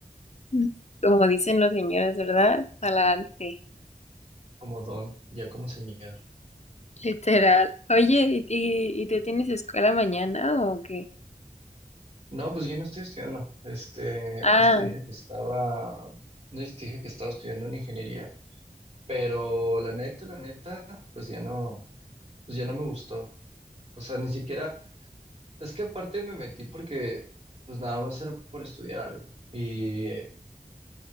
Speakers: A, on the left (about 45°); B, on the right (about 45°).
A: Mm. Como dicen los señores, ¿verdad? Adelante,
B: como don, ya como señor.
A: literal. Oye, ¿y, y, y tú tienes escuela mañana o qué?
B: No, pues yo no estoy estudiando. Este,
A: Ah,
B: no sé si te dije que estaba, no sé si te dije que estaba estudiando en ingeniería, pero la neta, la neta, pues ya no, pues ya no me gustó. O sea, ni siquiera, es que aparte me metí porque, pues nada más era por estudiar algo. Y, eh,